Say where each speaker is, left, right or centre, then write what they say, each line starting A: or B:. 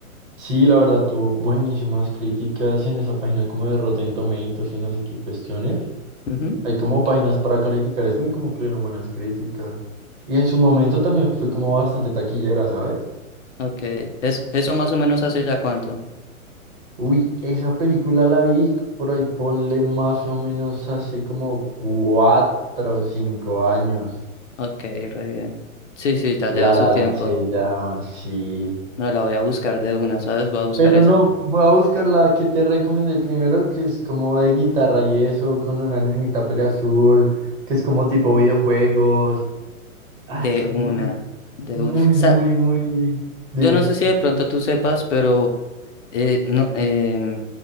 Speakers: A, on the right; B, on the left.
A: Sí, la verdad, tuvo buenísimas críticas en esa página como de Rotten Tomatoes y no sé qué cuestiones.
B: Ujú,
A: Hay como páginas para calificar eso y como que le dieron buenas críticas. Y en su momento también fue como bastante taquillera, ¿sabes?
B: Ok, es, eso más o menos hace ya cuánto.
A: Uy, esa película la vi por ahí, ponle más o menos hace como cuatro o cinco años.
B: Ok, re bien. Sí, sí, ya
A: La
B: lleva su
A: La
B: tiempo.
A: Land se llama, sí.
B: No, la voy a buscar de una, ¿sabes? Voy a buscar
A: Pero
B: esa.
A: no, voy a buscar la que te recomendé primero, que es como de guitarra y eso, con una nenita pelea azul, que es como tipo videojuegos. Ah,
B: De
A: es
B: una,
A: muy,
B: de
A: muy,
B: una. Sa-
A: muy, muy. Dime.
B: yo no sé si de pronto tú sepas, pero eh, no, em,